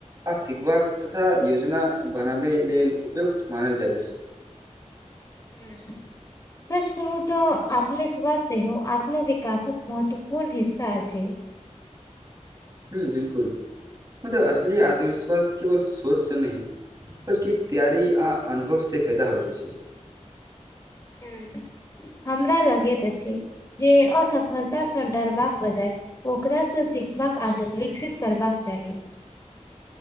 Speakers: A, on the right; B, on the left.
A: आ सिखबाक तथा योजना बनाबे लेलऽ उपयुक्त मानल जाइत अछि।
B: हू। सच कहू तऽ आत्मविश्वास सेहो आत्म विकासक महत्वपूर्ण हिस्सा अछि।
A: ह बिल्कूल मतलब असली आत्मविश्वास केवल सोच से नहि बल्कि तैयारी आ अनुभव से पैदा होइत अछि
B: हू हमरा लगैत अछि जे असफलतासँ डरबाक बजाय ओकरासँ सीखबा कऽ आदत विकसित करबाक चाही।